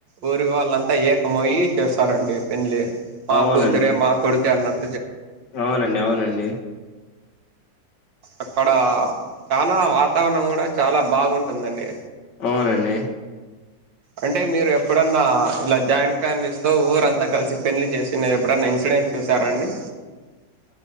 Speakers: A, on the right; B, on the left.
A: ఊరి వాళ్ళంతా ఏకమైయి చేస్తారండి. పెళ్లి మా
B: అవునండి
A: కూతరే మా కొడుకే అన్నట్
B: అవునండి అవునండి
A: అక్కడ చాలా వాతావరణం కూడా చాలా బాగుంటుందండి.
B: అవునండి.
A: అంటే మీరు ఎప్పుడన్నా ఇలా జాయింట్ ఫ్యామిలీస్ తో ఊరంతా కలిసి పెళ్లి చేసిన ఎప్పుడన్నా ఇన్సిడెంట్ చూసారండి.